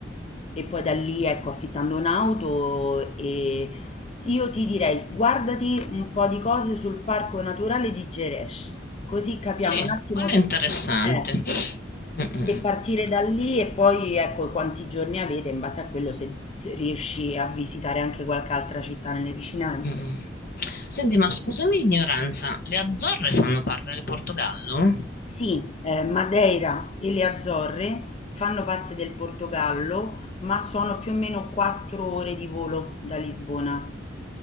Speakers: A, on the left; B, on the left.
A: e poi da lì, ecco, affittando un'auto e io ti direi, guardati un po' di cose sul parco naturale di Geresh, così capiamo
B: Sì,
A: un attimo
B: quello
A: se,
B: è interessante.
A: eh,
B: Mm, mm,
A: se partire da lì e poi ecco quanti giorni avete, in base a quello se se riesci a visitare anche qualche altra città nelle vicinanze.
B: mm. Senti, ma scusami l'ignoranza, le Azzorre fanno parte del Portogallo?
A: Sì, eh, Madeira e le Azzorre fanno parte del Portogallo, ma sono più o meno quattro ore di volo da Lisbona.